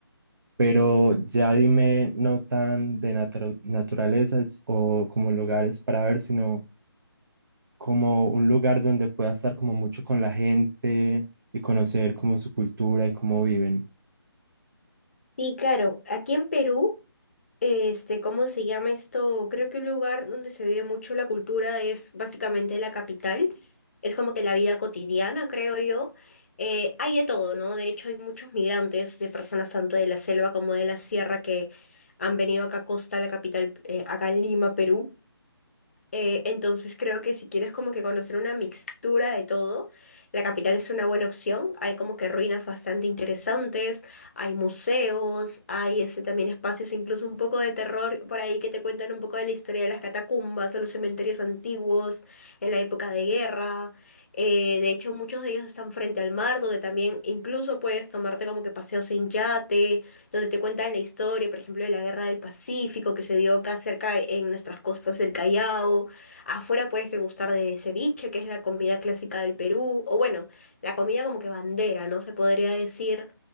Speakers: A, on the right (about 55°); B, on the left (about 35°).
A: pero ya dime no tan de natu- naturalezas o como lugares para ver, sino como un lugar donde pueda estar como mucho con la gente y conocer como su cultura y cómo viven.
B: Sí, claro, aquí en Perú. Este, ¿cómo se llama esto? Creo que un lugar donde se vive mucho la cultura es básicamente la capital. Es como que la vida cotidiana, creo yo. Eh, hay de todo, ¿no? De hecho, hay muchos migrantes de personas tanto de la selva como de la sierra que han venido acá a Costa, la capital, eh, acá en Lima, Perú. Eh, entonces creo que si quieres como que conocer una mixtura de todo, la capital es una buena opción. Hay como que ruinas bastante interesantes, hay museos, hay ese también espacios incluso un poco de terror por ahí que te cuentan un poco de la historia de las catacumbas, de los cementerios antiguos, en la época de guerra. Eh, de hecho, muchos de ellos están frente al mar, donde también incluso puedes tomarte como que paseos en yate donde te cuentan la historia, por ejemplo, de la Guerra del Pacífico que se dio acá cerca en nuestras costas del Callao. Afuera puedes degustar de ceviche, que es la comida clásica del Perú, o bueno, la comida como que bandera, ¿no? Se podría decir